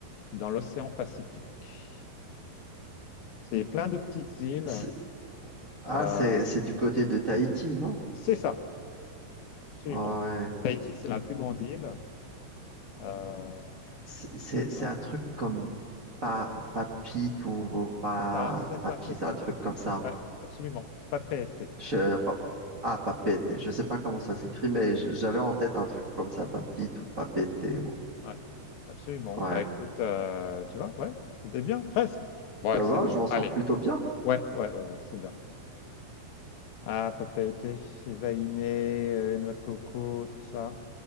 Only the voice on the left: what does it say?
dans l'océan Pacifique? C'est plein de petites îles.
euh,
c'est ça, absolument.
Tahiti, c'est la plus grande île. euh,
hein,
c'est ça, c'est ça,
c'est ça.
Ouais, absolument. Papeete.
Ouais, absolument.
Bah écoute, euh, tu vois, ouais, c'était bien, presque. Ouais,
c'est
bon.
Allez.
Ouais, ouais, ouais, ouais, c'est bien. Ah, Papeete, Chivaïné, euh, noix de coco, tout ça,